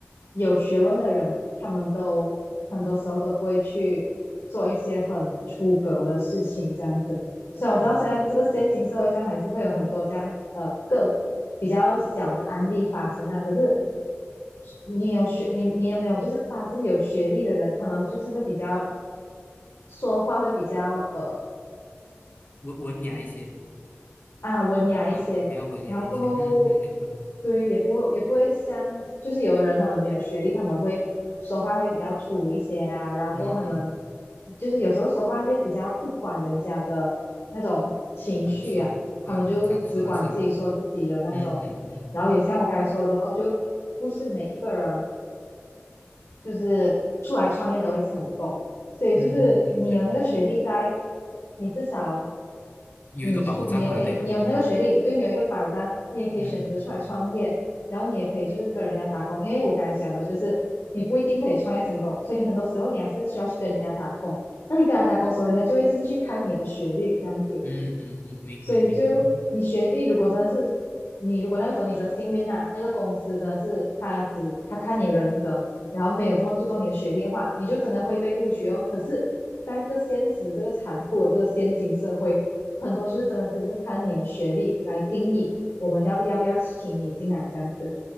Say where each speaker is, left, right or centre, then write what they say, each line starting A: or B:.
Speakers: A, on the left; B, on the left.
A: 有学问的人，他们都很多时候都不会去做一些很出格的事情，这样子。所以我知道现在这个现今社会上还是会有很多这样呃个比较小的案例发生啊。
B: 嗯嗯，明白。
A: 可是你有学你你有没有就是发生有学历的人，他们就是会比较说话会比较呃
B: 文文雅一些
A: 啊文雅一些，
B: 啊，比较文雅一些。
A: 然后过后
B: 嗯嗯，明白。
A: 对也不会也不会像就是有的人他们没有学历，他们会说话会比较粗鲁一些啊，然后过后他们
B: 嗯嗯，
A: 就是有时候说话会比较不管人家的那种情绪啊，
B: 感受啊的感受啊是啊。
A: 他们就只管自己说自己的那种，
B: 嗯嗯嗯。
A: 然后也像我刚才说的哦，就不是每一个人就是出来创业都会成功，所以就是你有那个学历在，
B: 嗯嗯嗯，明白，
A: 你至少。
B: 有一个保障啦，
A: 你出你也可以，
B: 对吗？
A: 你有那个学历，对你有一个保障，你也可以选择出来创业，
B: 嗯
A: 然后你也可以就是跟人家打工，因为我刚才讲了，就是你不一定可以创业成功，所以你很多时候你还是需要去跟人家打工。那你跟人家打工的时候，人家就会就是去看你的学历这样子。
B: 嗯嗯嗯，明白明白明白，
A: 所以就你学历如果真的是你如果那个时候你的幸运呐、那个公司真的是他只他看你的人格，然后没有这么注重你的学历的话，你就真的会被录取哦。可是，在这个现实这个残酷的这个现今社会，很多就是真的只是看你的学历来定义我们要不要不要请你进来这样子。